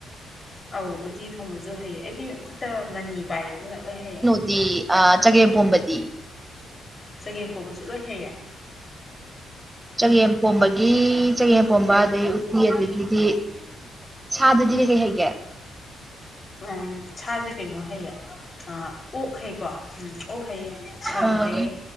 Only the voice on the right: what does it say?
ꯗꯤ ꯑ ꯆꯒꯦꯝꯄꯣꯝꯕꯗꯤ
ꯆꯒꯦꯝꯄꯣꯝꯕꯒꯤ ꯆꯒꯦꯝꯄꯣꯝꯕ ꯑꯗꯗꯒꯤ ꯎꯠꯇꯤ ꯑꯗꯒꯤꯗꯤ ꯁꯥꯗꯗꯤ ꯀꯩꯀꯩ ꯍꯥꯏꯩꯒꯦ
ꯑꯥ